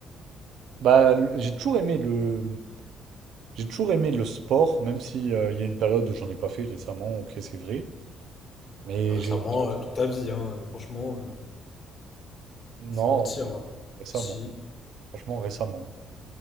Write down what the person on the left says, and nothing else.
Récemment,
euh, toute ta vie, hein, euh, franchement, euh,
c'est mentir, là.
Si.